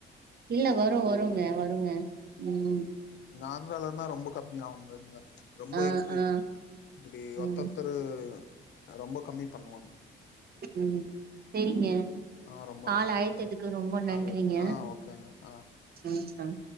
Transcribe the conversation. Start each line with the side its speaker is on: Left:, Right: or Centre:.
Right: இல்ல வரும் வரும் வருங்க வருங்க உம்
Left: ஆந்திராாலன்னா ரொம்ப கம்மிய ஆவுங் நந்தா ரொம்ப
Right: ஆ
Left: இருக்கு
Right: ஆ
Left: இப்புடி ஒருத்தத்தரு
Right: ம்
Left: ரொம்ப கம்மி பண்ணுவாங்க
Right: உம் செரிங்க
Left: ம் ஆ ரொம்ப
Right: கால்
Left: நன்றிங்க
Right: அழைத்ததுக்கு ரொம்ப
Left: காலைல
Right: நன்றிங்க
Left: ஆ ஓகேங்க ஆ
Right: ம் ம் ஹ